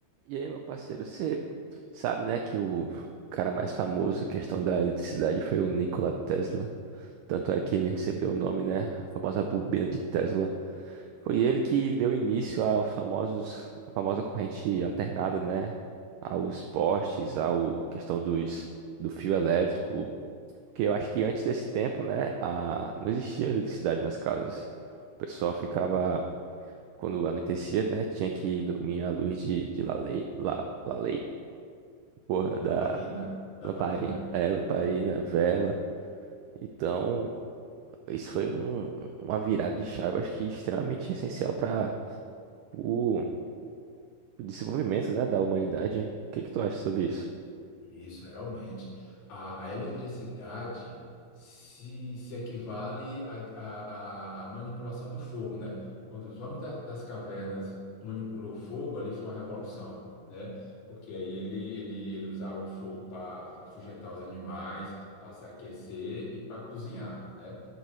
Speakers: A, on the right; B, on the left.
A: E aí, meu parceiro, você sabe, né, que o cara mais famoso em questão da eletricidade foi o Nikola Tesla. Tanto é que ele recebeu o nome, né, a famosa bobina de Tesla. Foi ele que deu início aos famosos, a famosa corrente alternada, né, aos postes, ao, à questão dos, do fio elétrico. Porque eu acho que antes desse tempo, né, a, não existia eletricidade nas casas. O pessoal ficava, quando anoitecia, né, tinha que dormir à luz de, de lalei, la, lalei. Porra, da
B: Lamparina, lamparina.
A: lamparina. É, lamparina, vela. Então, isso foi um- uma virada de chave, acho que extremamente essencial para o o desenvolvimento, né, da humanidade. O que que tu
B: E-
A: acha sobre isso?
B: e Isso, realmente. A, a eletricidade se, se equivale à à- à- à manipulação do fogo, né? Quando os homens da- das cavernas manipulou o fogo, ali foi uma revolução, né? Porque aí ele, ele, ele usava o fogo para afugentar os animais, para se aquecer e para cozinhar, né?